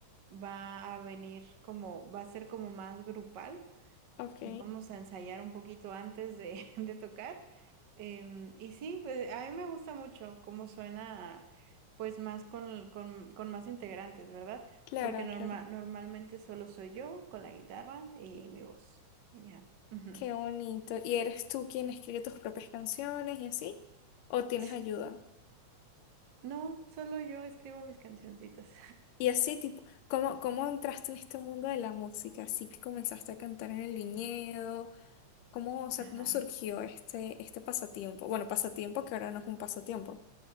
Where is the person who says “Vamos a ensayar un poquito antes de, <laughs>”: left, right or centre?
Right